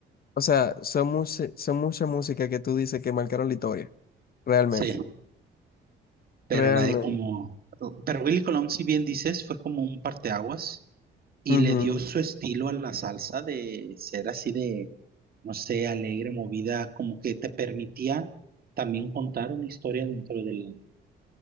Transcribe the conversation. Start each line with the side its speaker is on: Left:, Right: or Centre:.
Left: O sea, son, muchas son mucha música que tú dices que marcaron la historia, realmente.
Right: Sí, pero
Left: Realmente.
Right: nadie como, pero Willy Colón, si bien dices, fue como un parteaguas Y
Left: Ujú.
Right: le dio su estilo a la salsa de ser así de, no sé, alegre, movida, como que te permitía también contar una historia dentro de la,